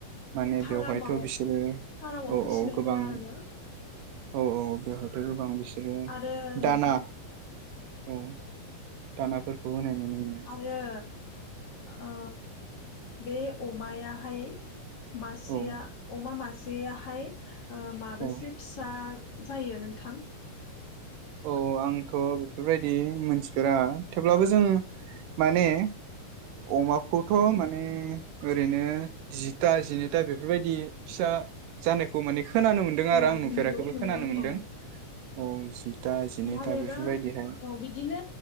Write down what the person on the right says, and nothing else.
माने
बेवहायथ' बिसोरो
औ
औ गोबां
औ औ बेवहायथ' गोबां बिसोरनो
दाना औ दानाफोर बो होनाय मोनो
औ
औ
औ आंथ' बेफोरबायदि मोनथिफेरा थेवब्लाबो जों माने अमाखौथ' माने ओरैनो जिथा जिनैथा बेफोरबायदि फिसा जानायखौ माने खोनानो मोन्दों
आरो आं नुफेराखैबो
खोनानो मोन्दों
औ जिथा जिनैथा
बेफोरबायदिहाय